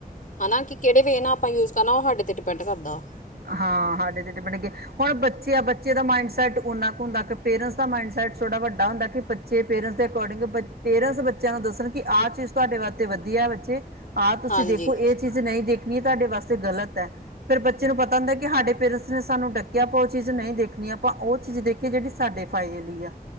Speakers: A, on the left; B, on the right.
A: ਹੈ ਨਾ ਕਿ ਕਿਹੜੇ ਵੇਅ ਨਾਲ ਆਪਾਂ ਯੂਜ ਕਰਨਾ ਉਹ ਸਾਡੇ 'ਤੇ ਡਿਪੈਂਡ ਕਰਦਾ
B: ਹਾਂ ਸਾਡੇ ਤੇ ਡਪਣ ਹੁਣ ਬੱਚੇ-ਬੱਚੇ ਦਾ ਮੰਡਸੈਟ ਸੈੱਟ ਹੁੰਦਾ ਪੇਰਟਸ ਦਾ ਮਡਟ ਸੈੱਟ ਥੋੜਾ ਵੱਡਾ ਹੁੰਦਾ ਕਿ ਬੱਚੇ ਪੇਰਟਸ ਦੇ ਅਕੋਰਡਿੰਗ ਪੇਰੈਂਟਸ ਬੱਚਿਆਂ ਨੂੰ ਦੱਸਣ ਕਿ ਆਹ ਚੀਜ਼ ਤੁਹਾਡੇ ਵਾਸਤੇ ਵਧੀਆ ਬੱਚੇ। ਆਹ ਤੁਸੀਂ
A: ਹਾਂਜੀ
B: ਦੇਖੋ ਇਹ ਚੀਜ਼ ਨਹੀਂ ਦੇਖਣੀ। ਤੁਹਾਡੇ ਵਾਸਤੇ ਗ਼ਲਤ ਹੈ। ਫਿਰੱਚ ਬੱਚੇ ਨੂੰ ਪਤਾ ਹੁੰਦਾ ਕਿ ਸਾਡੇ ਪੇਰੈਂਟਸ ਨੇ ਸਾਨੂੰ ਡੱਕਿਆ ਆਪਾਂ ਉਹ ਚੀਜ਼ ਨਹੀਂ ਦੇਖਣੀ, ਆਪਾਂ ਉਹ ਚੀਜ਼ ਦੇਖੀਏ ਜਿਹੜੀ ਸਾਡੇ ਫਾਇਦੇ ਦੀ ਆ।